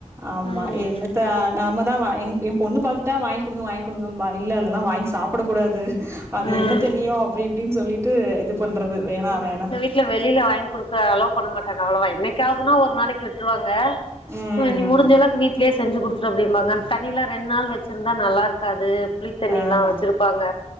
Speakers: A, on the right (about 20°); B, on the left (about 45°).
A: ஆமா
B: ம்
A: என்னத்த நாம தா எம் எம் பொண்ணு பாத்துட்டா வாங் குடுங்க வாங் குடுங்கம்பா இல்ல அதெல்லா வாங் சாப்புடக் கூடாது அது
B: ம்
A: என்ன தண்ணியோ அப்டி இப்டின் சொல்லிட்டு இது பண்றது வேணா வேணா
B: வீடல வெளியில வாங்கி குடுக்க அலோ பண்ண மாட்டாங்க அவ்ளவா என்னைக்காவுதுனா ஒரு நாளைக் விட்ருவாங்க
A: ம்
B: நீ முடுஞ்சலவுக் வீட் வீட்லயே செஞ்சி குடுத்துரு அப்டிம்பாங்க அந்த தண்ணி லா ரெண் நாள் வச்சிருந்தா நல்லாருக்காது புளி தண்ணில்லா
A: ஆமா
B: வச்சிருப்பாங்க